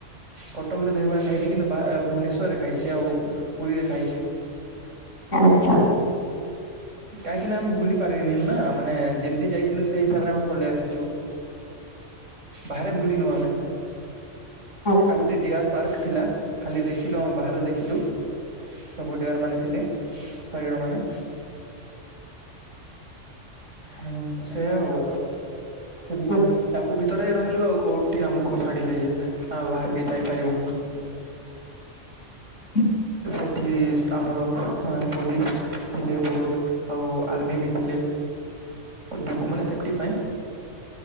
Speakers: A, on the right (about 80°); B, on the left (about 85°).
A: କଟକରେ ଦହିବରା ଖାଇନି କିନ୍ତୁ ବା ଭୁବନେଶ୍ୱରରେ ଖାଇଛି ଆଉ ପୁରୀରେ ଖାଇଛି।
B: ଆଚା।
A: କାହିଁକି ନା ଆମେ ବୁଲି ପାରିବିନି ନା ମାନେ ଯେମିତି ଯାଇଥିଲୁ ସେଇ ହିସାବରେ ଆମେ ପଳେଇ ଆସିଛୁ। ବାହାରେ ବୁଲିିନୁ ଆମେ।
B: ହଉ।
A: ଆଉ ଗୋଟେ ଡିୟର ପାର୍କ ଥିଲା ଖାଲି ଦେଖିଲୁ ଆମେ ବାହାରୁ ଦେଖିଲୁ। ସବୁ ଡିଆରମାନେ ଥିଲେ ହରିଣମାନେ। ହୁଁ ସେୟା ଆଉ। ସେ
B: ଆଚ୍ଛା
A: ଟାପୁ ଭିତରେ ରହିଲୁ ଆଉ କୋଉଠି ଆମକୁ ଛାଡିଲେ ଯେ ଆ ବାହାରିକି ଯାଇ ପାରିବୁ।
B: <inaudible>
A: ସେଠି ଆମର ପୋଲିସ୍ ଥିଲେ ବୋହୁତ। ଆଉ ଆର୍ମି ବି ଥିଲେ, ଡୁ ମାନେ ସେଫ୍ଟି ପାଇଁ।